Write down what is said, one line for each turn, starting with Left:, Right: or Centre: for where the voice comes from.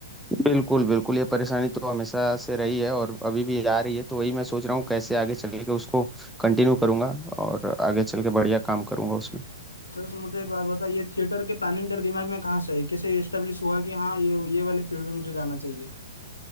Centre: बिल्कुल बिल्कुल ये परेशानी तो हमेशा से रही है और अभी भी आ रही है तो वही मैं सोच रहा हूँ कैसे आगे चल के उसको कंटिन्यू करूंगा और आगे चल के बढ़िया काम करूंगा उसमें
Left: सर सर, मुझे एक बात बताइए ये थिएटर के प्लानिंग तेरे दिमाग में कहाँ से है कैसे एस्टेब्लिश हुआ कि हाँ ये ये वाले फील्ड में मुझे जाना चाहिए